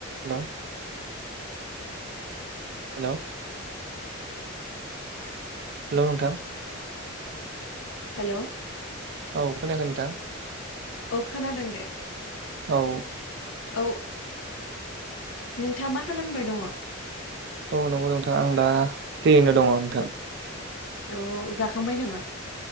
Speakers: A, on the right; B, on the left.
A: हेल hello hello नोंथां
B: hello
A: औ खोनायाखै नोंथां
B: औ खोनादों दे
A: औ
B: औ नोंथाङा मा खालामबाय दङ
A: औ नंगौ नोंथां आं दा फ्रियैनो दङ नोंथां
B: औ जाखांबाय नामा